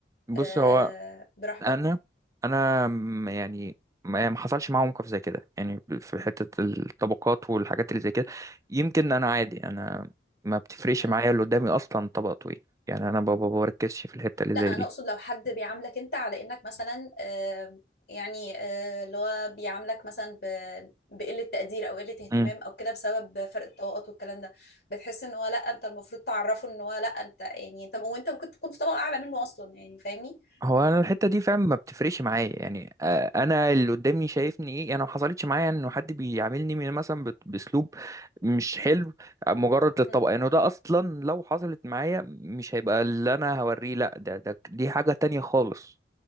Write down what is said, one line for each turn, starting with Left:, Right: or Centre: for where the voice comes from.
Right: بص
Left: آه،
Right: هو
Left: براحتك
Right: انا انا م- يعني ما يعني ما حصلش معايا موقف زي كده يعني في حتة الطبقات والحاجات اللي زي كده يمكن انا عادي انا ما بتفرقش
Left: مم.
Right: معايا اللي قدامي اصلا طبقته ايه يعني انا بابا بركزش في الحتة اللي
Left: لا
Right: زي
Left: انا
Right: دي
Left: اقصد لو حد بيعاملك انت على انك مثلا آه، يعني آه، اللي هو بيعاملك مثلا ب- بقلة تقدير او قلة اهتمام
Right: مم.
Left: او كده بسبب فرق الطبقات والكلام ده بتحس ان هو لا انت المفروض تعرفه ان هو لا انت يعني انت وانت ممكن تكون في طبقة اعلى منه اصلا يعني فاهمني
Right: هو انا الحتة دي فعلا ما بتفرقش معايا يعني آه، انا اللي قدامي شايفني ايه انا ما حصلتش معايا انه حد بيعاملني من- مثلا بت- باسلوب مش حلو مجرد للطبقة
Left: مم.
Right: يعني ده اصلا لو حصلت معايا مش هيبقى اللي انا هوريه لا ده ده دي حاجة تانية خالص